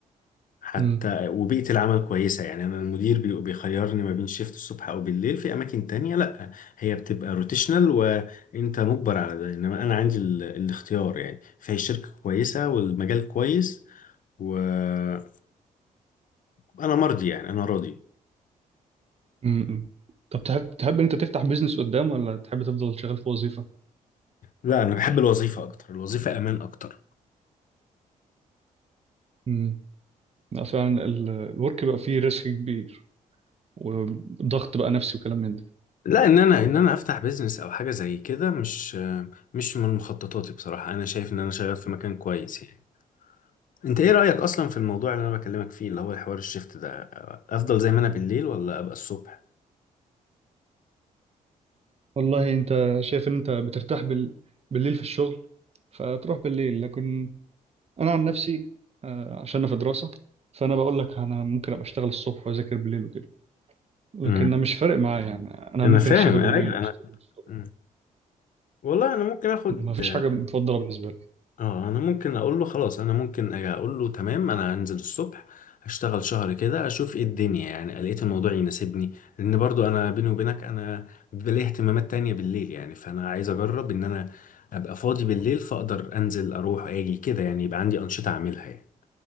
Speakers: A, on the left; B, on the right.
A: حتى
B: أمم.
A: وبيئة العمل كويسة يعني أنا المدير بي- بيخيرني ما بين شيفت الصبح أو بالليل في أماكن تانية لأ هي بتبقى روتيشنال وأنت مجبر على ده إنما أنا عندي ال... الاختيار يعني فهي شركة كويسة والمجال كويس وأنا مرضي يعني أنا راضي
B: امم طب تحب تحب ان انت تفتح بيزنس قدام ولا تحب تفضل شغال في وظيفه
A: لا أنا بحب الوظيفة أكتر الوظيفة أمان أكتر
B: أمم. لا فعلا ال- الورك بقى فيه ريسك كبير وضغط بقى نفسي وكلام من ده
A: لا ان انا ان انا افتح بيزنس او حاجه زي كده مش مش من مخططاتي بصراحه انا شايف ان انا شغال في مكان كويس يعني انت ايه رأيك اصلا في الموضوع اللي انا بكلمك فيه اللي هو الحوار الشيفت ده افضل زي ما انا بالليل ولا ابقى الصبح
B: والله انت شايف ان انت بترتاح بال... بالليل في الشغل فتروح بالليل لكن انا عن نفسي آه، عشان انا في دراسه فانا بقول لك انا ممكن ابقى اشتغل الصبح واذاكر بالليل وكده لكن
A: امم
B: انا مش فارق معايا يعني انا
A: انا
B: ممكن
A: فاهم
B: اشتغل
A: ايوه
B: بالليل
A: انا
B: اشتغل الصبح
A: مم. والله انا ممكن اخد
B: ما فيش حاجه مفضله بالنسبه لي
A: اه انا ممكن اقول له خلاص انا ممكن أجي اقول له تمام انا هنزل الصبح هشتغل شهر كده اشوف ايه الدنيا يعني لقيت الموضوع يناسبني لان برضو انا بيني وبينك انا بيبقى لي اهتمامات تانية بالليل يعني فانا عايز اجرب ان انا ابقى فاضي بالليل فاقدر انزل اروح اجي كده يعني يبقى عندي انشطة اعملها يعني